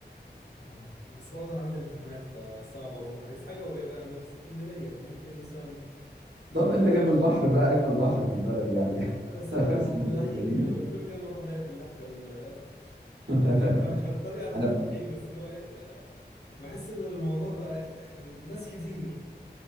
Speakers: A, on the left; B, on the right.
A: اه بس برضه أنا عندي امتحانات فصعب أروح عايز حاجة قريبة أنا من في اسكندرية فممكن مثلا نروح
B: طب انت جنب
A: أي شاطئ
B: البحر بقى اجمل بحر في البلد يعني
A: بس
B: <laughs> اسكندريه
A: بقى فلاحين
B: جميل
A: يعني كل يوم أروح ألاقي فلاح في ال
B: <laughs>
A: مش مش بتريق على الفلاحين
B: انا ب-
A: بس اللي هو ايه آه، بحس إن الموضوع بقى آه، ناس كتير